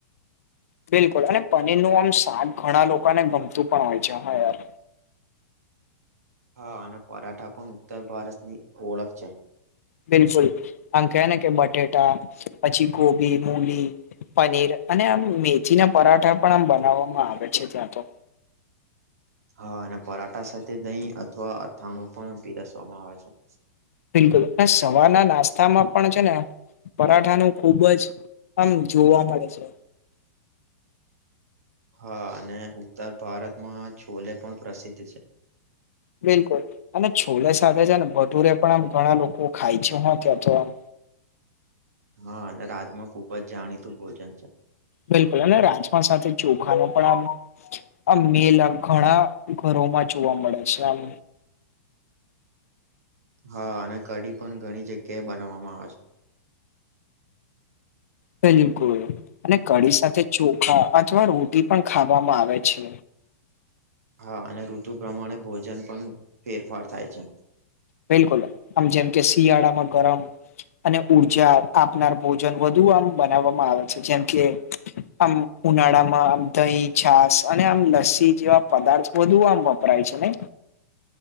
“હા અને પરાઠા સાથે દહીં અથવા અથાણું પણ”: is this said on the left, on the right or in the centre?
Right